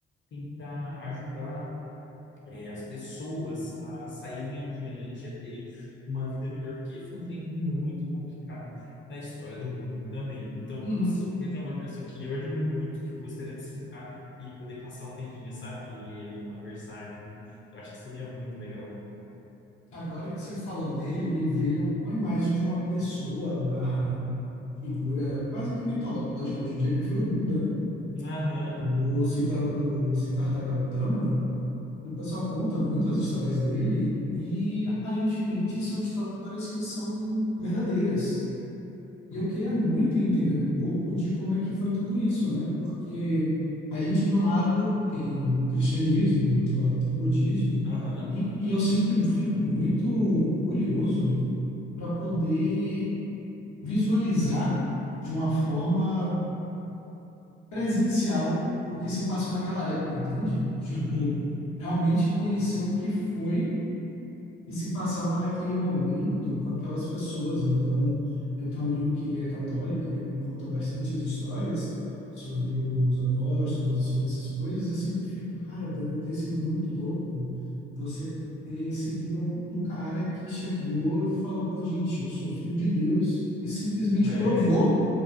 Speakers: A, on the left; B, on the left.
A: tentar ajudar é, as pessoas a saírem adiante, a terem uma vida melhor, porque foi um tempo muito complicado na história do mundo também. Então,
B: Uhum.
A: com certeza, é uma pessoa que eu admiro muito, que eu gostaria de sentar e poder passar um tempinho, sabe? E ele conversar junto. Eu acho que seria muito legal.
B: Agora que você falou nele, me veio uma imagem de uma pessoa barra figura quase que mitológica hoje em dia, que foi o Buda, né?
A: Aham,
B: O, Sita, o Siddhartha Gautama, o pessoal conta muito as histórias dele e aparentemente são histórias que são verdadeiras. E eu queria muito entender um pouco de como é que foi tudo isso, né? Porque a gente, de um lado, tem o cristianismo, do outro lado, tem o budismo,
A: aham,
B: e, e eu sempre fico muito curioso para poder visualizar de uma forma presencial o que se passou naquela época, entende? Tipo,
A: uhum.
B: realmente conhecer o que foi e se passava naquele momento com aquelas pessoas. Então, eu tenho um amigo que ele é católico, ele me conta bastante as histórias sobre os apóstolos, sobre, sobre essas coisas, e eu sempre fico, cara, deve ter sido muito louco você ter seguido um um cara que chegou e falou, pô, gente, eu sou filho de Deus, e simplesmente
A: É,
B: provou